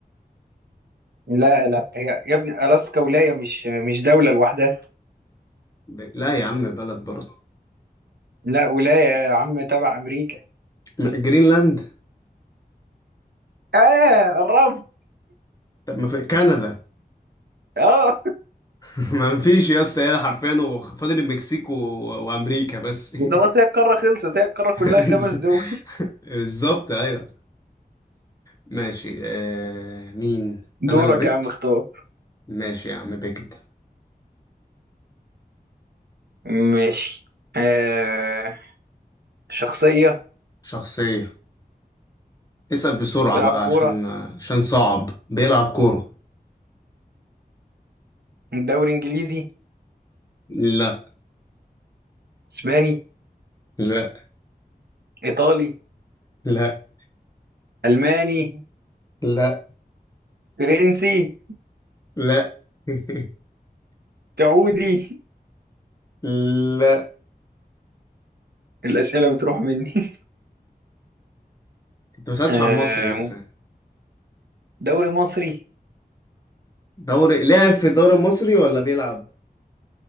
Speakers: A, on the right; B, on the left.
A: لا لا هي يا ابني ألاسكا ولاية مش مش دولة لوحدها
B: ب... لا يا عم بلد برضه
A: لا ولاية يا عم تبع أمريكا
B: م- جرينلاند؟
A: آه قربت
B: طب ما في كندا
A: اه
B: <laughs> ما فيش يا اسطى هي حرفيا هو فاضل المكسيك و... وأمريكا بس <laughs>
A: خلاص هي القارة خلصت هي القارة كلها
B: بز-
A: خمس دول
B: بالظبط أيوه ماشي آه... مين؟
A: دورك
B: أنا اللي بك؟
A: يا عم اختار
B: ماشي يا عم بجد
A: ماشي آه شخصية
B: شخصية اسأل بسرعة
A: بيلعب
B: بقى
A: كورة
B: عشان عشان صعب بيلعب كورة
A: دوري إنجليزي
B: لا
A: إسباني
B: لا
A: إيطالي
B: لا
A: ألماني
B: لا
A: فرنسي
B: لا <laughs>
A: سعودي
B: لا
A: الأسئلة بتروح مني
B: انت
A: <laughs>
B: ما سألتش
A: آه
B: عن المصري مثلا
A: دوري مصري
B: دوري لعب في الدوري المصري ولا بيلعب